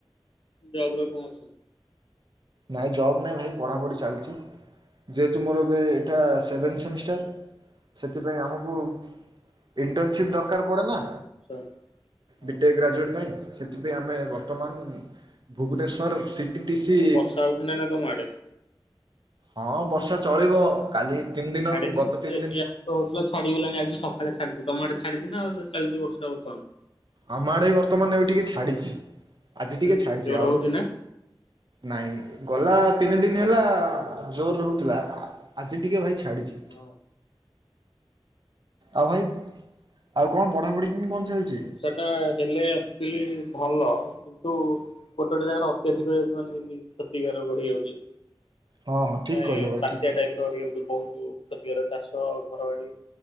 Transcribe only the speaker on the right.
ନାଇଁ ଜବ୍ ନାହିଁ ଭାଇ ପଢ଼ାପଢ଼ି ଚାଲିଛି। ଯେହେତୁ ମୋର ଏବେ ଏଟା ସେଭେନ୍ ସେମିଷ୍ଟାର ସେଥିପାଇଁ ଆମକୁ ଇଣ୍ଟନସିପ୍ ଦରକାର ପଡ଼େ ନା?
ବିଟେ ଗ୍ରାଜୁଏଟ୍ ପାଇଁ ସେଥିପାଇଁ ଆମେ ବର୍ତ୍ତମାନ ଭୁବନେଶ୍ୱର ଡି ସି
ହଁ ବର୍ଷା ଚଳିବ କାଲି ତିନି ଦିନ
ଗତ ତିନି ଦିନ
ଆମ ଆଡ଼େ ବି ବର୍ତ୍ତମାନ ଏବେ ଟିକେ ଛାଡି଼ଚି ଆଜି
ଟିକେ ଛାଡି଼ଚି
ଆଉ
ନାହିଁ ‌। ଗଲା ତିନି ଦିନ୍ ହେଲା ଜୋର୍ ହୋଉଥୁଲା ଆ ଆଜି ଟିକେ ଭାଇ ଛାଡି଼ଚି।
ଆଉ ଭାଇ ଆଉ କଣ ପଢ଼ାପଢି କେମିତି କଣ ଚାଲଚି?
ହଁ ହଁ ଠିକ
କହିଲ ଭାଇ
ଠିକ କହିଲ